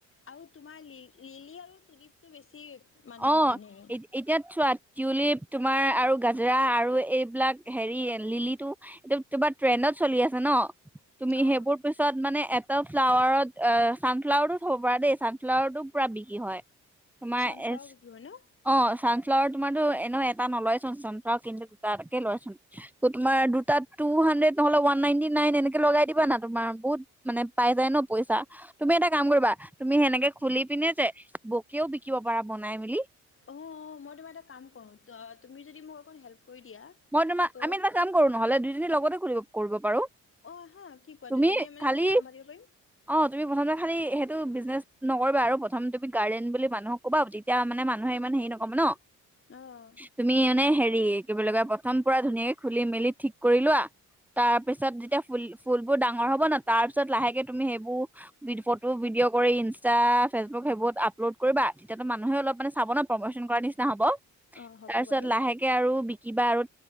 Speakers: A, on the left; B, in the centre.
A: আৰু তোমাৰ লি-লিলি আৰু তুলিপটো বেছি মানুহে
B: অ'
A: কিনে
B: এতিয়াত চোৱা টিউলিপ তোমাৰ আৰু গাজৰা আৰু এইবিলাক হেৰি লিলিটো এইটো তোমাৰ ট্ৰেণ্ডত চলি আছে ন। তুমি
A: অ
B: সেইবোৰ পিছত মানে এটা ফ্লাৱাৰত চানফ্লাৱাৰো থ'ব পাৰ দেই চান ফ্লাৱাৰটো পুৰা বিক্ৰী হয়। তোমাৰ
A: চানফ্লাৱ
B: এ
A: লয় ন
B: অ' চানফ্লাৱাৰ তোমাৰতো এনে এটা নলয় চোন চানফ্লাৱাৰ কিন্তু দুটাকে লয়চোন ত তোমাৰ দুটা টু হাড্ৰেড নহলে ওৱান নাইনটি নাইন এনেকে লগাই দিবা না তোমাৰ বহুত মানে পাই যায় ন পইচা তুমি এটা কাম কৰিবা তুমি সেনেকে খুলি পিনে যে বকেও বিকিব পাৰা বনাই মেলি
A: অ', অ', মই তোমাৰ এটা কাম কৰো তুমি যদি মোক হেল্প কৰি দিয়া
B: মই তোমা
A: ত'
B: আমি এটা কাম কৰোঁ নহলে দুইজনীয়ে লগতে কৰিব পাৰো
A: অ', হা কি কোৱা
B: তুমি
A: দুজনীয়ে মানে
B: খালি
A: তেতিয়া চম্ভালিব পাৰিম
B: অ তুমি প্ৰথমতে খালি সেটো বিজনেছ নকৰিবা আৰু প্ৰথম তুমি গাৰ্ডেন বুলি মানুহক ক'বা তেতিয়া মানে মানুহে ইমান হেৰি নকব ন।
A: অ',
B: তুমি মানে হেৰি লগা <unintelligible> প্ৰথম পুৰা ধুনীয়াকে খুলি মেলি ঠিক কৰি লোৱা তাৰ পিছত যেতিয়া ফুল ফুলবোৰ ডাঙৰ হব ন তাৰ পিছত লাহেকে তুমি সেইবোৰ ফটো ভিডিঅ' কৰি ইনষ্টা ফেচবুক সেইবোৰত আপলোড কৰিবা তেতিয়াতো মানুহে অলপ মানে চাব ন প্ৰমচন কৰ নিচিনা হ'ব। তাৰপিছত
A: অ', হ'ব বাৰু।
B: লাহেকে আৰু বিকিবা আৰু